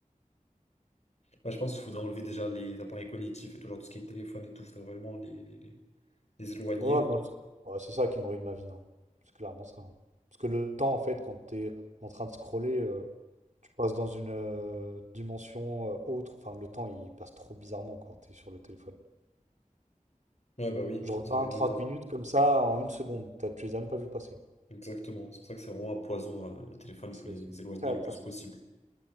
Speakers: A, on the left (about 55°); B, on the right (about 60°).
A: Bah, je pense qu'il faudrait enlever déjà les appareils cognitifs et tout, genre tout ce qui est téléphone et tout, faudrait vraiment les, les, les, les éloigner.
B: Ouais, moi, c'est ouais, c'est ça qui me ruine ma vie. hein. C'est clairement ça. hein. Parce que le temps, en fait, quand t'es en train de scroller. Tu passes dans une euh, dimension euh, autre. Enfin, le temps, il passe trop bizarrement quand t'es sur le téléphone.
A: Ouais, bah oui,
B: Genre
A: ça
B: 20,
A: n'a rien à
B: 30
A: voir.
B: minutes comme ça en une seconde. T'as- tu les as même pas vu passer.
A: Exactement. C'est pour ça que c'est vraiment un poison, hein. Les téléphones, il
B: C'est
A: faut les,
B: c'est
A: les
B: une
A: éloigner le
B: catastrophe.
A: plus possible.